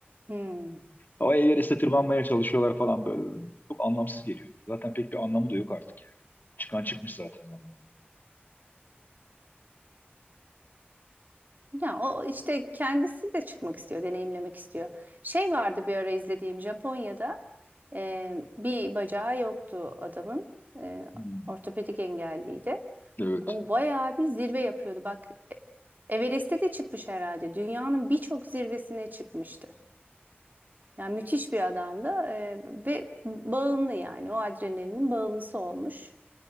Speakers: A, on the right; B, on the left.
A: Hmm.
B: Ama Everest'e tırmanmaya çalışıyorlar falan böyle. Çok anlamsız geliyor. Zaten pek bir anlamı da yok artık yani. Çıkan çıkmış zaten zaman.
A: Ya o işte kendisi de çıkmak istiyor, deneyimlemek istiyor. Şey vardı bir ara izlediğim Japonya'da e, bir bacağı yoktu adamın. E,
B: Hmm,
A: ortopedik engelliydi.
B: evet.
A: O bayağı bir zirve yapıyordu. Bak Everest'e de çıkmış herhalde. Dünyanın birçok zirvesine çıkmıştı. Yani müthiş bir adamdı e, ve bağımlı yani o adrenalinin bağımlısı olmuş.